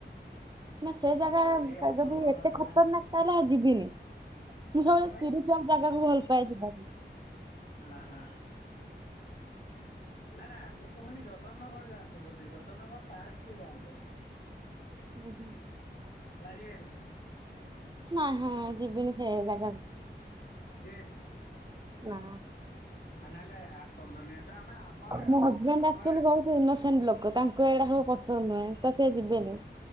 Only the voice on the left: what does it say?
ମୁଁ
କହିଲି ଆପଣଙ୍କ
ହଜବେଣ୍ଡ
କଣ
ପାଇଁ
ଅ ହା ନା ନା ମୁଁ କହୁନି ଯ ଯାଆନ୍ତୁ ବୁଲି ଯତନଗର ପାର୍କ କୁ ଯାଆନ୍ତୁ।
ନା ଯିବେନି
ଯିବେନି
ନହେଲେ ଅସନ୍ତୁନି। ଆମେ ଆମ ଆଡେ ଆସନ୍ତୁ।
ଆମ
ଆଡେ